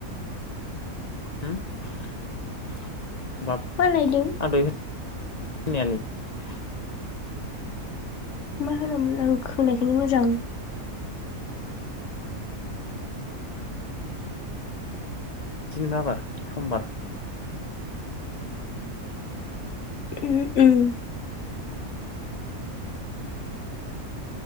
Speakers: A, on the left; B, on the left.
A: होम <unintelligible>
B: मा लायदों
A: खोनायालै
B: मा होनोमोन आं होनायखौनो मोजां।
A: दीनैमा बार समबार
B: उम उम